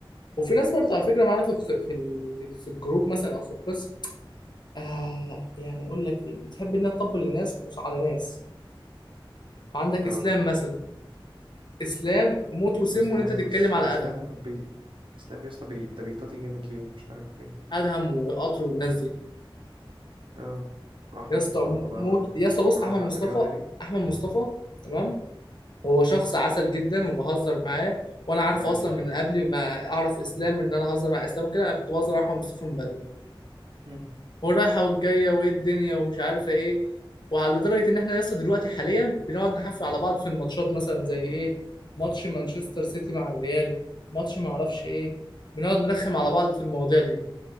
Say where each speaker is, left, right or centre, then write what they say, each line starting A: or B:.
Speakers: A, on the left (about 55°); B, on the right (about 65°).
A: وفي ناس برضه على فكره معانا في الق- في ال- في الجروب مثلا او في القسم آه يعني اقول لك ايه بتحب انها تطبل لناس مش على ناس عندك
B: آه.
A: اسلام مثلا اسلام موت وسمه
B: الإسلام
A: ان انت
B: مش
A: تتكلم على
B: الإسلام
A: ادهم
B: بي... الإسلام يا اسطى بي... ده بيطاطي جامد ليهم مش عارف ليه
A: ادهم وقطر والناس دي
B: أه وأحمد
A: يا اسطى
B: مصطفى بقى
A: موت
B: والجماعة
A: يا اسطى بص احمد
B: بتاعة
A: مصطفى
B: الرياضة دي
A: احمد مصطفى تمام هو شخص عسل جدا وبهزر معاه وانا عارفه
B: أيوه
A: اصلا من قبل ما اعرف اسلام ان انا هزر مع اسلام كده انا كنت بهزر مع احمد مصطفى من بدري
B: هم.
A: والرايحه والجايه وايه الدنيا ومش عارفه ايه وعلى لدرجه ان احنا لسه دلوقتي حاليا بنقعد نحفل على بعض في الماتشات مثلا زي ايه ماتش مانشستر سيتي مع الريال ماتش ما اعرفش ايه بنقعد نرخم على بعض في المواضيع دي